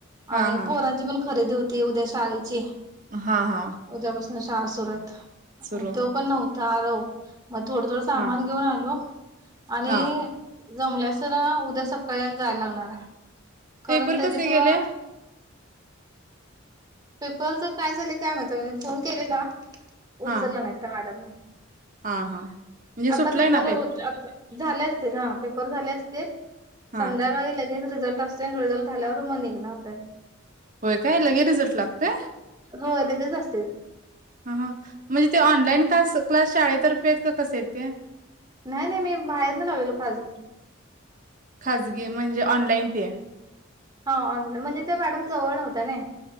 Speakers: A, on the right (about 40°); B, on the right (about 20°).
A: हा
B: आणि
A: हा
B: पोरांची पण खरेदी होती उद्या शाळेची
A: हा हा
B: उद्यापासून श सुर आहेतत
A: सुरू
B: आणि तो पण नव्हता आरव मग थोडं थोडं सामान
A: हा
B: घेऊन आलो आणि
A: हा
B: जमल्यास तरर उद्या सकाळी जाय लागणार आहे कारण
A: पेपर
B: त्याची
A: कसे
B: किं
A: गेले
B: पेपर तर काय झाले काय मात म्हे फोन केलेला
A: हा
B: उचललं नाही मॅडमने
A: हा हा म्हणजे सुटलाय
B: आता पेपर
A: ना
B: हो झाले असतील हा पेपर झाले असतील
A: हा
B: संध्याकाळी लगेच रिझल्ट असते रिझल्ट झाल्यावर मग निघणार त्याने
A: होय काय लगे रिझल्ट लागतय
B: हो लगेच असते
A: हा ह म्हणजे ते ऑनलाईन क्स क्लास शाळेतर्फे आहेत का कसे आहेत ते
B: नाही नाही मी बाहेर नाही ला गलो खाजग
A: खाजगी म्हणजे ऑनलाईन ते
B: हा ऑनलान म्हणजे ते मॅडम जवळ नव्हं ना